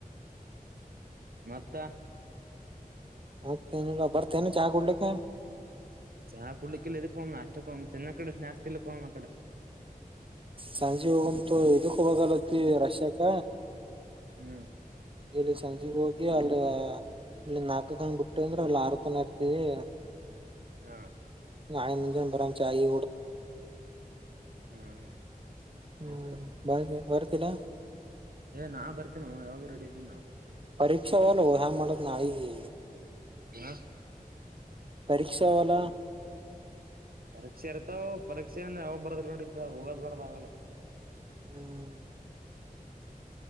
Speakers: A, on the right; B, on the right.
A: ಮತ್ತ.
B: ಮತ್ತೆನಿಲ್ಲ ಬರ್ತೇನೆ ಚಾ ಕುಡ್ಲಿಕ.
A: ಚಾ ಕುಡ್ಲಿಕ್ಕ ಇಲ್ಲೋ ಇದಕ್ಕೆ ನಾಷ್ಟಕ್ ಹೋಗಮ್ ತಿನ್ಲಕ್ ಇಡು ಸ್ನಾಕ್ಸ್ ತಿನ್ಲಿಕ್ ಹೋಗಮ್ ಆ ಕಡೆ.
B: ಸಂಜೆ ಹೋಗಮ ತೋ ಇದಕ್ ಹೋಗಲ್ಲತ್ ತಿ ರಷ್ಯಾಕ್ಕ.
A: ಹ್ಮ್.
B: ಇಲ್ಲಿ ಸಂಜೆ ಹೋಗಿ ಅಲ್ಲಿ. ಇಲ್ಲಿ ನಾಲ್ಕುಕ್ ಹಂಗ್ ಬಿಟ್ಟವಿ ಅಂದ್ರ ಅಲ್ಲಿ ಆರು ತನ ಇರ್ತಿವಿ.
A: ಹಾ.
B: ಆಯ್ತು ಮುಂಜಾನೆ ಬರಮ್. ಚಾಯ
A: ಹ್ಮ್
B: ಹ್ಮ. <unintelligible>
A: ಆಯ್ತು
B: ದಿನ.
A: ಏ ನಾ ಬರ್ತೀನೊ ಯಾವಾಗೂ ರೆಡಿ ಇದಿನಿ ನಾ.
B: ಪರಿಕ್ಷೆ ಅವಲೋ ಹೆಂಗ ಮಾಡೋದು ನಾಳಿಗಿ.
A: ಹೇಲೋ.
B: ಪರೀಕ್ಷಾ ಅವಲ.
A: ಪರೀಕ್ಷೆ ಇರ್ತಾವ ಪರೀಕ್ಷೆ ಏನು ಯಾವಾಗ ಬರ್ದದ್ರು ನಡಿಯುತ್ತ ಹೋಗೋದ್ ಬರದ ಆಗಲ್ಲ.
B: ಹ್ಮ್.